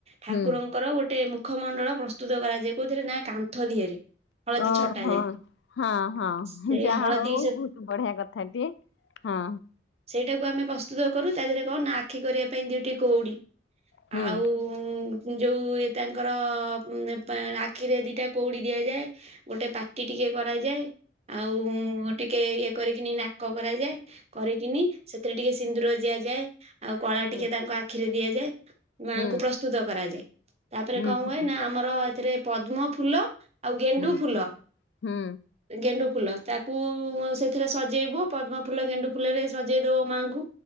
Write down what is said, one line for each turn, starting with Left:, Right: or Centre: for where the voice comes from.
Right: ଠାକୁରଙ୍କର
Left: ହୁଁ
Right: ଗୋଟେ ମୁ ଖ ମଣ୍ଡଳ ପ୍ରସ୍ତୁତ କରାଯାଏ କୋଉଥିରେ ନା କାନ୍ଥ ଦିହରେ। ହଳଦୀ
Left: ଓହୋ!
Right: ଛଟାଯାଏ
Left: ହଁ ହଁ
Right: ସେ
Left: ଯାହାହଉ
Right: ହଳଦୀ ସେ
Left: ବହୁତ ବଢିଆ କଥାଟିଏ। ହଁ।
Right: ସେଇଟାକୁ ଆମେ ପ୍ରସ୍ତୁତ କରୁ ତା ଦେହରେ କଣ ନା ଆଖି କରିବା ପାଇଁ ଦୁଇଟି କଉଡି
Left: ହୁଁ
Right: ଆଉ ଯୋଉ ଇଏ ତାଙ୍କର ମ୍ପା ଆଖିରେ ଦିଟା କୋଉଡି ଦିଆଯାଏ ଗୋଟେ ପାଟି ଟିକେ କରାଯାଏ ଆଉ ଉଁ ଟିକେ ଇଏ କରିକିନି ନାକ କରାଯାଏ। କରିକିନି ସେଥିରେ ଟିକେ ସିନ୍ଦୁର ଦିଆଯାଏ, ଆଉ କଳା
Left: ହୁଁ
Right: ଟିକେ ତାଙ୍କ ଆଖିରେ ଦିଆଯାଏ। ମାଆଙ୍କୁ
Left: ହୁଁ
Right: ପ୍ରସ୍ତୁତ କରାଯାଏ, ତାପରେ
Left: ହୁଁ
Right: କଣ
Left: ହୁଁ
Right: ହୁଏ ନା ଆମର ଏଥିରେ ପଦ୍ମଫୁଲ ଆଉ ଗେଣ୍ଡୁଫୁଲ
Left: ହୁଁ ହୁଁ ହୁଁ
Right: ଗେଣ୍ଡୁ ଫୁଲ ତାକୁ ସେଥିରେ ସଜେଇବ ପଦ୍ମଫୁଲ ଗେଣ୍ଡୁଫୁଲରେ ସଜେଇ ଦେବ ମାଆଙ୍କୁ।